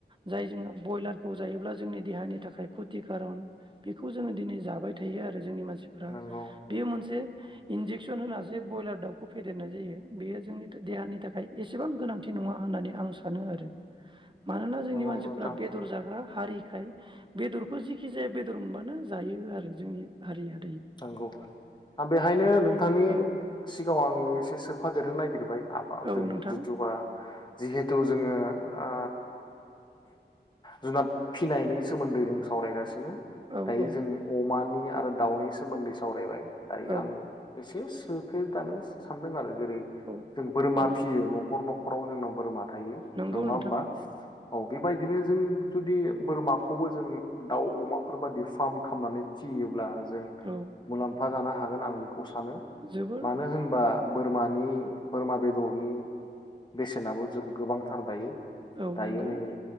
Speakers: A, on the right; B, on the left.
A: जाय जों बयलार खौ जायोब्ला जोंनि देहानि थाखाय खति खारन बेखौ जोङो दिनै जाबाय थायो आरो जोंनि मानसि मानसिफ्रा
B: नंगौ
A: बेयो मोनसे इन्जेकसन होन जो ब्रयलार दाउखौ फेदेरनाय जायो बेयो जोंनि देहानि थाखाय एसेबां गोनांथि नङा होननानै आं सानो आरो मानोना जोंनि
B: नंगौ
A: मानसिफोरा
B: नोंथां
A: बेदर जाग हारिखाय बेदरखौ जखि जाया बेदर मोनबानो जायो आरो जोंनि हारिया
B: नंगौबो आं बेहायनो नोंथांनि
A: औ
B: सिगाङाव आं एसे सोफादेरनो नागिरबाय आब
A: औ
B: जों
A: नोंथां
B: जिथुबा जिहेथु जोङो आ जुनाद फिनायनि सोमोन्दै जों सावरायगासिनो।
A: औ
B: दायो
A: औ
B: जों अमानि आरो दाउनि सोमोन्दै सावरायबाय दायो
A: औ
B: आं एसेउस सफेर दानो सानदों आरो <unintelligible> जेरै
A: औ
B: जों बोरमा
A: औ
B: फिसियो न'खर न'खराव जोंनाव बोरमा थायो
A: नंगौ
B: नङा
A: नोंथां
B: होमबा औ बेबायदिनो जों जुदि बोरमाखौबो जों दाउ अमाफोर बादि फार्म खालामनानै फियोब्ला जों
A: औ
B: मुलाम्फा जानो हागोन आं बेखौ सानो
A: जोबोर
B: मानो होनबा बोरमानि बोरमा बेदरनि बेसेनाबो जों गोबांथार दायो
A: औ
B: थायोनो
A: नंगौ